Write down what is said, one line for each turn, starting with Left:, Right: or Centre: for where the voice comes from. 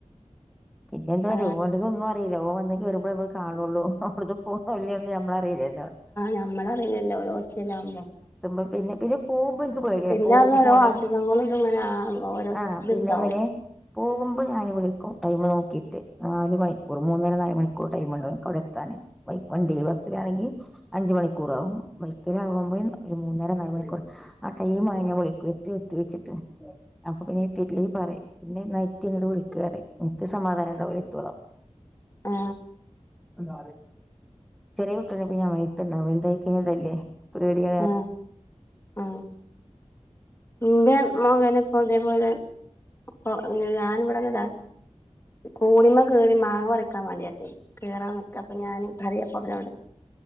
Centre: പിന്നെ എന്തോ
Left: ആ
Centre: ഓനതൊന്നും അറിയില്ല ഓ വന്ന് കേറുമ്പോഴേ നമ്മള് കാണുള്ളൂ അവിടും പോന്നല്ലന്ന് ഞമ്മള് അറിയില്ലല്ലോ.
Left: നമ്മൾ അറില്ലല്ലോ ഒരു ഹോസ്റ്റലാവുമ്പോ
Centre: <unintelligible> ദ് പേടിയാ
Left: പിന്നെ
Centre: പോകുമ്പൊനും
Left: അന്ന് ഓരോ അസുഖങ്ങളും ഇതും ഇങ്ങനെ ആ ഓരോ
Centre: ആ
Left: ഇത്ണ്ടാവും
Centre: പിന്നെപ്പിന്നെ പോകുമ്പോ ഞാൻ വിളിക്കും <unintelligible> ടൈമ് നോക്കിട്ട് നാല് മണിക്കൂർ മൂന്നര നാല് മണിക്കൂർ ടൈമുണ്ടോനിക്ക് അവിടെ എത്താനേ. വൈ ബസ്സിലാണെങ്കിൽ അഞ്ച് മണി. കുറവും <inaudible> ഒരു മൂന്നര നാല് മണിക്കൂർ ആ ടൈം ആയ ഞാൻ വിളിക്കു എത്തിയോ എത്തി വെച്ചിട്ട്. അപ്പൊ പിന്നെ എത്തിട്ടില്ലെ പറയ് ന്നെ ന്നായി യ്ക്ക ഇങ്ങട്ട് വിളിക്ക് പറയും നിക്ക് സമാധാനം ഉണ്ടാവില്ല ഇപ്പളും
Left: ആ
Centre: <unintelligible> <unintelligible> <unintelligible> ഒരു വലിയ
Left: അ ആ എന്റെ മകനെ ഇപ്പൊ ഇതേപോലെ ഇപ്പൊ ഞാൻ ഇവിടെന്നതാ. കോണിമ്മേ കേറി മാങ്ങ പറിക്കാൻ വേണ്ടിട്ട് കേറാൻ നിക്കാ അപ്പം ഞാന് <unintelligible>